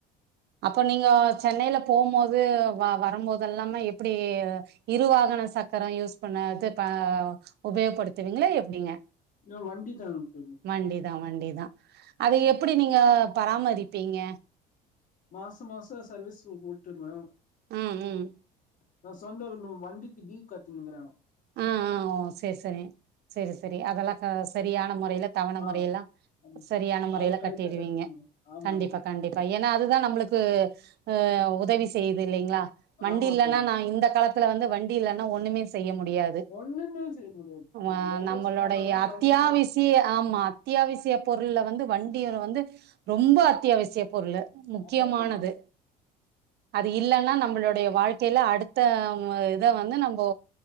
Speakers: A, on the right; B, on the left.
A: அப்போ நீங்க சென்னையில போம்போது வ வரும்போதல்லாம எப்டி இரு வாகன சக்கரோ யூஸ் பண்ணது ப உபயோகப்படுத்துவீங்ளா எப்டிங்க
B: ஏ வண்டி தா தோழி
A: வண்டிதா வண்டி தா அத எப்டி நீங்க பராமரிப்பீங்க
B: மாச மாசோ சர்வீஸ்கு உட் டுட்வே
A: ம் ம்
B: நா சொந்தோ இன்னூ வண்டிக்கு டீவ் கட்டினுங்கிறே
A: ஆ ஆ ஓ செர் செரி செர் செரி அதெல்லா க சரியா ன மொறையில தவண
B: ஆ
A: மொறையில்லா
B: ஆமா
A: சரியான மொறையில
B: அத கரெக்டா
A: கட்டிடுவீங்க
B: கட்டினுக்குறே ஆமா
A: கண்டிப்பா
B: தோழி
A: கண்டிப்பா ஏனா அதுதா நம்ளுக்கு ஆ உதவி செய்யுது இல்லைங்ளா வண்டி
B: ஆமா
A: இல்லன்னா
B: தோழி
A: நா இந்த காலத் துல வந்து வண்டி இல்லன்னா ஒன்னுமே செய்யம் முடியாது
B: ஒண்ணுமே செய்ய முடியாது தோழி
A: ஆ
B: எங்காச்சு
A: நம்மளுடைய
B: போனாலு
A: அத்தியாவிசிய
B: வண்டிதா
A: ஆமா அத்தியாவிசிய பொருள்ல வந்து வண்டி வந்து ரொம்ப அத்தியாவிசிய பொருளு முக்கியமானது
B: ஆமா தோழி
A: அது இல்லன்னா நம்மளுடைய வாழ்க் ல்ல அடுத்த இத வந்து நம்மொ